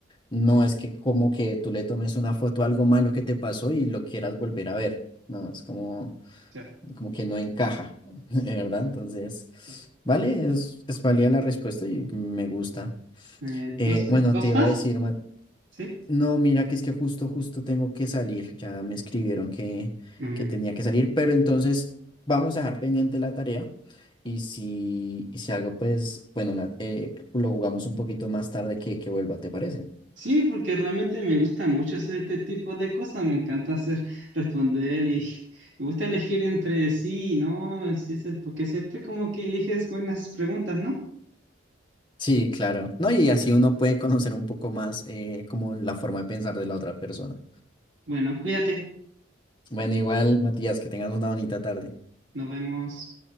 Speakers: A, on the left; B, on the right.
A: No es que como que tú le tomes una foto a algo malo que te pasó y lo quieras volver a ver. No, es como,
B: Cierto.
A: como que no encaja, <laughs> de ¿verdad?
B: Sí.
A: Entonces,
B: sí.
A: vale, es, es válida la respuesta y me gusta.
B: Eh, ¿dos,
A: Eh, bueno,
B: dos
A: te iba
B: más?
A: a decir, Mateo.
B: Sí.
A: No, mira que es que justo, justo tengo que salir. Ya me escribieron que,
B: Mm.
A: que tenía que salir, pero entonces vamos a dejar pendiente la tarea y si, y si algo, pues, bueno, la- eh, lo jugamos un poquito más tarde que, que vuelva, ¿te parece?
B: Sí, porque realmente me gusta mucho hacer este tipo de cosas. Me encanta hacer, responder y <laughs> me gusta elegir entre sí y no. Sí, sí, porque siempre como que eliges buenas preguntas, ¿no?
A: Sí, claro. No, y así uno puede conocer un poco más eh, como la forma de pensar de la otra persona.
B: Bueno, cuídate.
A: Bueno, igual, Matías, que tengas una bonita tarde.
B: Nos vemos.